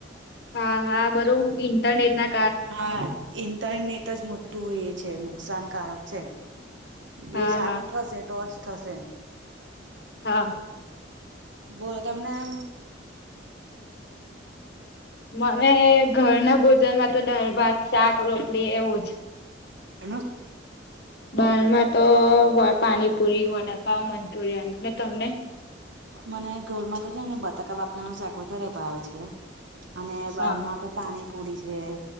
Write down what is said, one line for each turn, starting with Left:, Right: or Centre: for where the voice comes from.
Left: હા હા બધુ ઇન્ટરનેટના
Right: હા ઇન્ટરનેટ જ મોટુ એ છે નુકસાનકારક છે.
Left: હા
Right: એ સારું
Left: હા
Right: થશે તોજ થશે.
Left: હા
Right: બોલો તમને એમ.
Left: મને ઘરના ભોજનમાં તો દાર ભાત શાક રોટલી એવું જ
Right: <unintelligible>
Left: બહારમાં તો પાણીપુરી વડાપાવ મંચુરિયન અને તમને
Right: મને ઘરમાં તો છે ને બતાકા બાફરાનું શાક વધારે ભાવે છે અને બાર
Left: હા
Right: મા તો પાણીપુરી છે